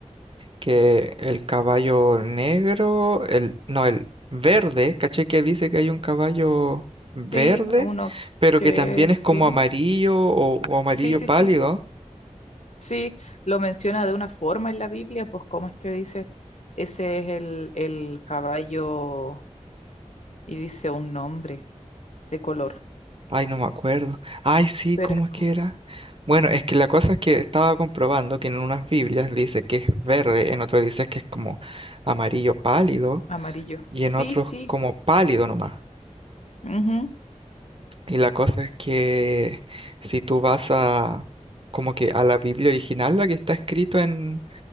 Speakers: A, on the right; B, on the left.
A: que el caballo negro, el, no, el verde, caché que dice que hay un caballo verde,
B: sí, a uno
A: pero
B: que
A: que también es
B: sí,
A: como amarillo o, o amarillo
B: sí, sí,
A: pálido.
B: sí, sí, lo menciona de una forma en la Biblia, pues cómo es que dice, ese es el, el caballo y dice un nombre de color,
A: Ay, no me acuerdo. Ay, sí,
B: pero
A: ¿cómo
B: es
A: es
B: como
A: que era? Bueno, es que la cosa es que estaba comprobando que en unas Biblias dice que es verde, en otras dice que es como amarillo pálido
B: amarillo.
A: y
B: Sí,
A: en otros
B: sí,
A: como pálido nomás.
B: ujú.
A: Y la cosa es que si tú vas a como que a la Biblia original, la que está escrito en,